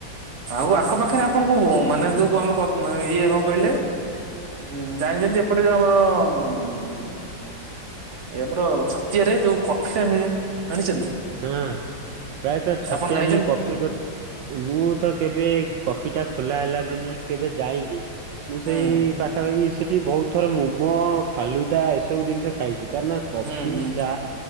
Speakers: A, on the right; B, on the right.
A: ଆଉ ଆଖ ପାାଖରେ ଆପଣ କଣ ମାନେ ଯୋଉ ଆମେ ଇଏ କଣ କହିଲେ? ଉଁ ଜାଣିଛନ୍ତି ଏପଟେ ଯୋଉ ଆମର ଉଁ ଆମର ଛତିଆ ରେ ଯୋଉ କଫି ଟା ମିଳେ। ଜାଣିଛନ୍ତି?
B: ହଁ ପ୍ରାୟତଃ ଛତିଆରେ
A: ଆପଣ ଯାଇଛନ୍ତି
B: ଯୋଉ କଫି ମୁଁ ତ କେବେ କଫି ଟା ଖୋଲା ହେଲା ଦିନରୁ କେବେ ଯାଇନି ମୁଁ
A: ହୁଁ
B: ସେଇ ପାଖାପାଖି ସେଠି ବହୁତ ଥର ମୋମୋ ଫାଲୁଦା ଏସବୁ ଜିନିଷ ଖାଇଛି। ନା କଫି
A: ହୁଁ ହୁଁ
B: ଚା